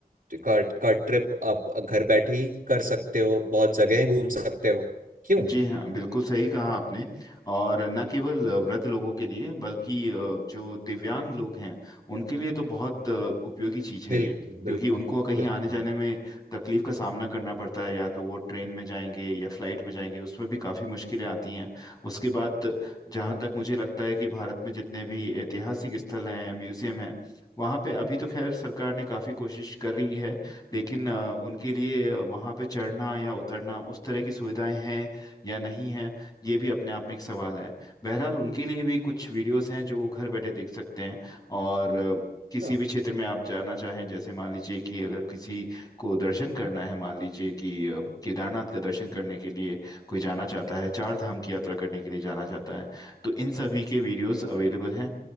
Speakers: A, on the right; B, on the left.
A: का, का ट्रिप आप घर बैठे ही कर सकते हो बहुत जगह घूम सकते हो क्यों
B: जी हाँ बिल्कुल सही कहा आपने और न केवल वृद्ध लोगों के लिए बल्कि अ, जो दिव्यांग लोग हैं उनके लिए तो बहुत अ, उपयोगी चीज़ है
A: बिल्कुल
B: ये क्योंकि
A: बिल्कुल
B: उनको कहीं
A: बिल्कुल
B: आने जाने में तकलीफ का सामना करना पड़ता है या तो वो ट्रेन में जाएंगे या फ्लाइट में जाएंगे उसमें भी काफ़ी मुश्किलें आती हैं उसके बाद जहाँ तक मुझे लगता है कि भारत में जितने भी ऐतिहासिक स्थल हैं या म्यूजियम हैं वहाँ पे अभी तो खैर सरकार ने काफ़ी कोशिश कर रही है लेकिन अ, उनके लिए अ, वहाँ पे चढ़ना या उतरना उस तरह की सुविधाएं हैं या नहीं है ये भी अपने आप में एक सवाल है बहरहाल उनके लिए भी कुछ वीडियोस हैं जो वो घर बैठे देख सकते हैं और अ, किसी
A: हाँ,
B: भी क्षेत्र में आप जाना चाहें जैसे मान लीजिए कि अगर किसी को दर्शन करना है मान लीजिए कि अ, केदारनाथ का दर्शन करने के लिए कोई जाना चाहता है चार धाम की यात्रा करने के लिए जाना चाहता है तो इन सभी के वीडियोस अवेलेबल हैं